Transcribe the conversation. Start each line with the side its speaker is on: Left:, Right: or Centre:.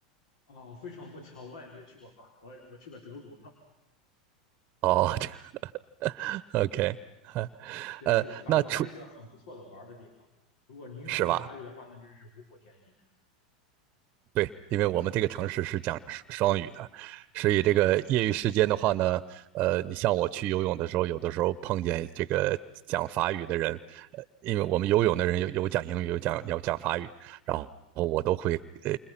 Left: 哦，非常不巧，我也没去过法国，我去过德国。<laughs>
Right: 哦 <laughs>，OK，这，OK，
Left: 对，
Right: 呃，
Left: 是的，法国还是一个很不错的玩儿的地方。
Right: 那除
Left: 如果您会法语的话，
Right: 是吧？
Left: 那真是如虎添翼。
Right: 对，因为我们这个城市是讲双语的，所以这个业余时间的话呢，呃，你像我去游泳的时候，有的时候碰见这个讲法语的人，呃，因为我们游泳的人有有讲英语，有讲有讲法语，然后我都会呃